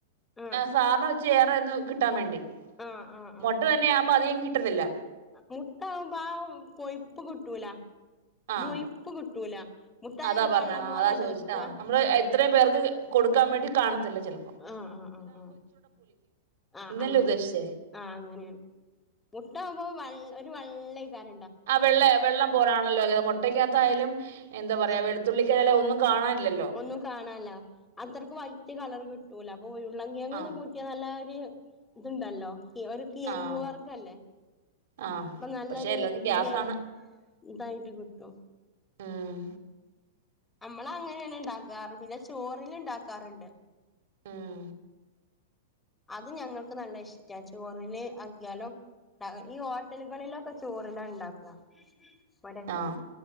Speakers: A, on the left; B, on the right.
A: ആഹ്
B: സാനോ ച്ച് ഏറെ ഒന്ന് കിട്ടാൻ വേണ്ടി.
A: ആഹ് ആഹ്
B: മൊട്ട തന്നെ ആകുമ്പം അധികം കിട്ടത്തില്ല.
A: മുട്ടാകുമ്പാ ആ കൊയിപ്പ് കിട്ടൂല
B: ആഹ്
A: മുയിപ്പ് കിട്ടൂല. മുട്ടായ
B: അതാ
A: ഒരു
B: പറഞ്ഞ
A: വള്ളം പോലെയല്ലേ
B: അതാ ചോദിച്ചാ
A: നിക്കാ
B: നമ്മള്
A: ആഹ്
B: ഇത്രയും പേർക്ക് കൊടുക്കാൻ വേണ്ടി കാണത്തില്ല ചെൽ
A: ആഹ് ആഹ് ആഹ് ആഹ് ആഹ്
B: ഇതല്ലേ
A: അങ്ങനെ,
B: ഉദ്ദേശിച്ചേ
A: ആഹ് അങ്ങനെയാണ്. മുട്ടാവുമ്പോ വെൾ ഒരു വെള്ളൈക്കാര
B: ആഹ് വെള്ളയാ വെള്ളം പോലാണല്ലോത് മുട്ടയ്ക്കകത്തെ ആയാലും എന്താ പറയാ
A: ആഹ്
B: വെളുത്തുള്ളിക്കായാലും ഒന്നും കാണാനില്
A: ഒന്നും കാണാനില്ല അത്രയ്ക്ക് വൈറ്റ് കളർ കിട്ടൂല അപ്പൊ ഉര്ള്ള കിയങ്ങൊന്ന്
B: ആഹ്
A: <unintelligible> ക്കെ നല്ല ഒരു ഇതുണ്ടല്ലോ ഒരു കിഴങ്ങുവർഗല്ലേ.
B: ആഹ് ആഹ്
A: പ്പം നല്ലൊരു
B: പക്ഷെ എല്ലാർക്കും ഗ്യാസാണ്
A: ഇത് ഇതായിട്ട് കിട്ടും.
B: ഉം
A: നമ്മളങ്ങനെയാണ് ഇണ്ടാക്കാറ് പിന്നെ ചോറിനുണ്ടാക്കാറുണ്ട്.
B: ഉം
A: അത് ഞങ്ങൾക്ക് നല്ല ഇഷ്ട ചോറിന് ആക്കിയാലും ഈ ടിലുകളിലൊക്കെ ചോറില ണ്ടാക്ക ഇവിടൊക്കെ
B: ആഹ്